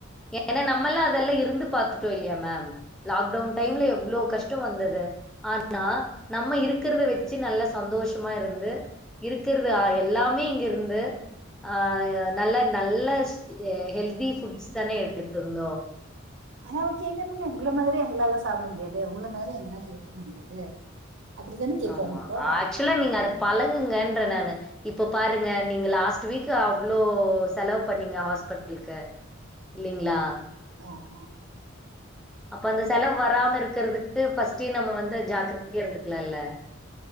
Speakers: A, in the centre; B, on the right.
A: ஏனா நம்மல்லா அதெல்லா இருந்து பாத்துட்டோ இல்லையா மேம் லாக்டவுன் டைம்ல எவ்ளோ கஷ்ட வந்தது ஆனா
B: அது
A: நம்ம இருக்குறத வச்சு நல்லா சந்தோஷமா இருந்து இருக்குறது எல்லாமே இங்கிருந்து ஆ நல்ல நல்ல ஹெல்தி ஃபுட்ஸ் தானே எடுத்திருந்தோ
B: ஆனா ஓகேதானுங்க உங்கள மாதிரி எங்களால சாப்பிட முடியாது உங்கள மாறி எங்களால இருக்க முடியாது அப்டித்தானே கேக்குறாங்க
A: ஆமா
B: இப்போ
A: ஆக்சுலா நீங்க அத பழகுங்கன்ற நானு இப்ப பாருங்க நீங்க லாஸ்ட் வீக் அவ்ளோ செலவு பண்ணீங்க ஹாஸ்பிட்டலுக்கு இல்லிங்களா
B: ஆமா
A: அப்ப அந்த செலவு வராம இருக்குறதுக்கு பஸ்டே நம்ப வந்து ஜாக்கிரதையா இருந்துருக்கலாலே